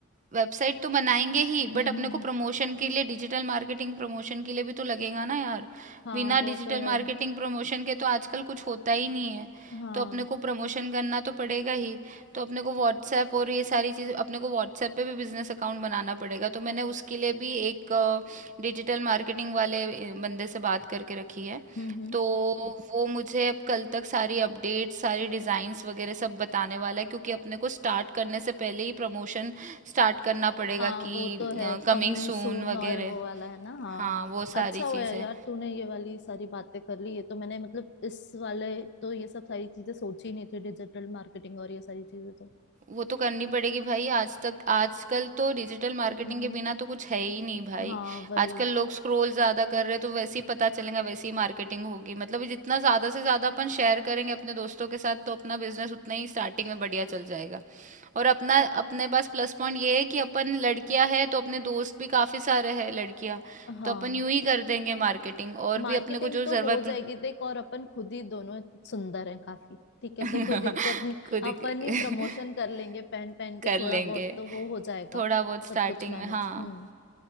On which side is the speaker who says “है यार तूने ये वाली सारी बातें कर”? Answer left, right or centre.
Left